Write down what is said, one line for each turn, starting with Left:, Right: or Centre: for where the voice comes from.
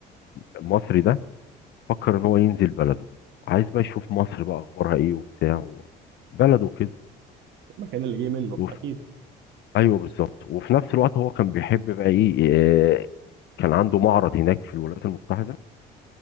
Left: المصري ده فكر ان هو ينزل بلده عايز بقى يشوف مصر بقى اخبارها ايه وبتاع و- بلده كده
Right: المكان اللي جه منه
Left: وف...
Right: اكيد
Left: ايوه بالظبط وفي نفس الوقت هو كان بيحب بقى ايه آه، كان عنده معرض هناك في الولايات المتحده